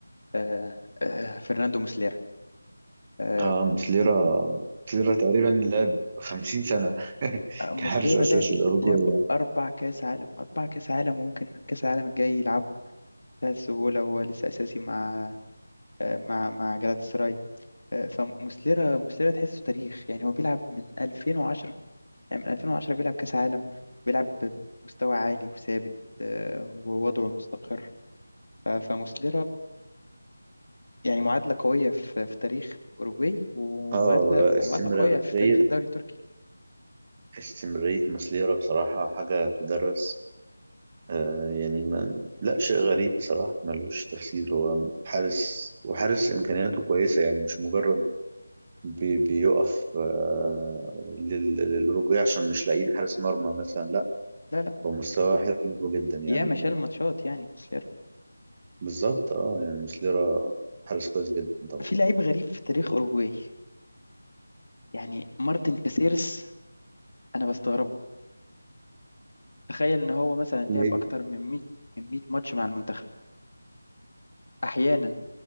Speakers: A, on the left; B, on the right.
A: آه آه فرناندو موسليرا آه
B: اه مسليرا مسليرا تقريبا لعب 50 سنة <laughs>
A: موسليرا
B: كحارس اساسي
A: لعب
B: الاوروجواي
A: لعب أربع كأس عالم أربع كأس عالم وممكن كأس العالم الجاي يلعبه بتاع السهولة وهو لسه أساسي مع آه، مع مع جلات سراي فموسليرا موسليرا تحسه تاريخ يعني هو بيلعب من 2010 يعني من 2010 بيلعب كأس عالم بيلعب بمستوى عالي وثابت آه، ووضعه مستقر ف- فموسليرا يعني معادلة قوية في في تاريخ أوروجواي ومعادلة
B: اه
A: ومعادلة
B: استمرارية
A: قوية في تاريخ الدوري التركي
B: استمرارية مسليرا بصراحة حاجة تدرس آه يعني ما لا شيء غريب بصراحة ملوش تفسير هو حارس وحارس إمكانياته كويسة يعني مش مجرد بي بيقف آه لل- للرجوع عشان مش لاقيين حارس مرمى مثلا لا
A: لا لا
B: هو مستواه حلو جدا يعني
A: ياما شال
B: آه،
A: ماتشات يعني موسليرا
B: بالظبط اه يعني مسليرا حارس كويس جدا طبعا
A: في لعيب غريب في تاريخ أوروجواي يعني مارتن كاسيرس انا بستغربه تخيل ان هو مثلا لعب
B: ليه؟
A: اكتر من 100 من 100 ماتش مع المنتخب احيانا